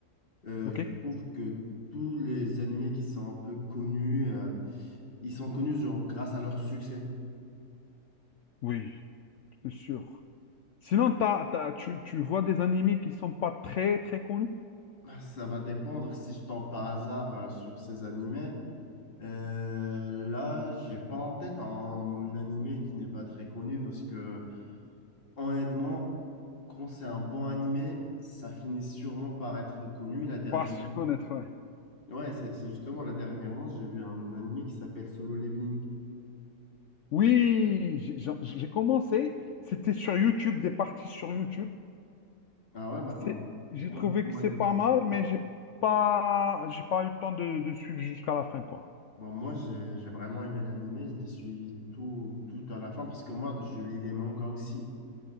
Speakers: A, on the left; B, on the left.
A: Euh,
B: OK?
A: je trouve que tous les animés qui sont un peu connus, euh, ils sont connus genre grâce à leur succès.
B: Oui, c'est sûr. Sinon, t'as- t'as- tu, tu vois des animés qui sont pas très, très connus?
A: Bah, Ça va dépendre si je tombe par hasard euh, sur ces animés. Euh, là, j'ai pas en tête un animé qui n'est pas très connu parce que honnêtement, quand c'est un bon animé, ça finit sûrement par être connu. Là dernièrement,
B: Pas se connaître, ouais.
A: ouais, c'est c'est justement là dernièrement, j'ai vu un animé qui s'appelle Solo Leveling.
B: Oui, j'ai j'ai- j'ai commencé. C'était sur YouTube, des parties sur YouTube.
A: Ah ouais, bah
B: C'est-
A: m-
B: J'ai
A: moi,
B: trouvé
A: moi,
B: que c'est
A: j'ai-
B: pas mal, mais j'ai pas, j'ai pas eu le temps de, de suivre jusqu'à la fin, quoi.
A: bon, moi j'ai j'ai vraiment aimé l'animé. Je les suis tout tout à la fin parce que moi, je lis les mangas aussi.